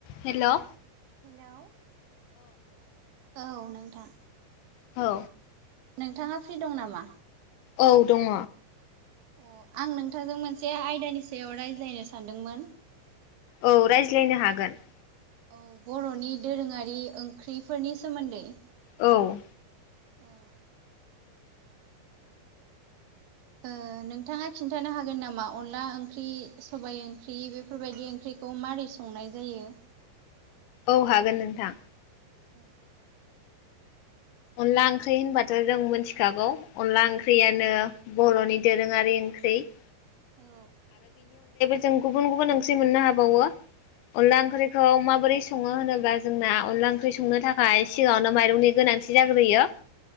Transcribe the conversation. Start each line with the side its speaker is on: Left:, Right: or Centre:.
Left: Hello
Right: hello औ नोंथां
Left: औ
Right: नोंथाङा फ्रि दं नामा
Left: औ दङ
Right: अ आं नोंथांजों मोनसे आयदानि सायाव रायज्लायनो सानदोंमोन ।
Left: औ रायज्लायनो हागोन ।
Right: औ बर'नि दोरोङारि ओंख्रिफोरनि सोमोन्दै ।
Left: औ
Right: औ ओ नोंथाङा खिन्थानो हागोन नामा अनला ओंख्रि सबाइ ओंख्रि बेफोरबायदि ओंख्रि खौ मारै संनाय जायो ।
Left: औ हागोन नोंथां ।
Right: औ
Left: अनला ओंख्रि होनबाथ' जों मिथिखागौ अनला ओंख्रियानो बर'नि दोरोङारि ओंख्रि ।
Right: औ
Left: जों गुबुन गुबुन ओंख्रि मोननो हाबावो । अनला ओंख्रिखौ माबोरै सङो होनोब्ला जोंना अनला ओंख्रि संनो थाखाय सिगाङावनो माइरंनि गोनां थि जाग्रोयो ।